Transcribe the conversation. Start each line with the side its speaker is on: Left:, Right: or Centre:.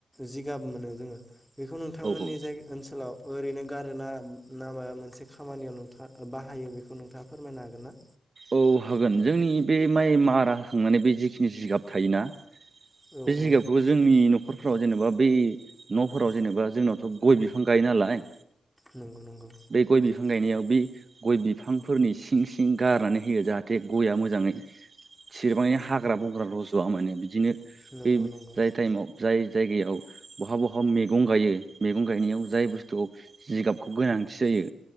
Centre: जिगाब मोनो जोङो बेखौ नोंथांमोननि
Right: औ
Centre: जाय ओनसोलाव ओरैनो गारो ना ना माबा मोनसे खामानियाव नोंथाङा बाहायो बेखौ नोंथाङा फोरमायनो हागोन ना
Right: औ हागोन जोंनि बे माइ मारा होखांनानै बे जिखिनि जिगाब थायोना
Centre: औ
Right: बे जिगाबखौबो
Centre: औ
Right: जोंनि न न'खरफोराव जेनेबा बै न'फोराव जेनेबा जोंनावथ' गय बिफां गायो नालाय
Centre: नंगौ नंगौ
Right: बे गय बिफां गायनायाव बे गय बिफांफोरनि सिं सिं गारनानै होयो जाहाथे गया मोजाङै सिरबाङै हाग्रा बंग्रा रज'आ माने बिदिनो
Centre: नंगौ
Right: बे
Centre: नंगौ
Right: जाय टाइमाव जाय जायगायाव बहा बहा मैगं गायो मैगं गायनायाव जाय बुस्थुआव जिगाबखौ गोना गोनांथि जायो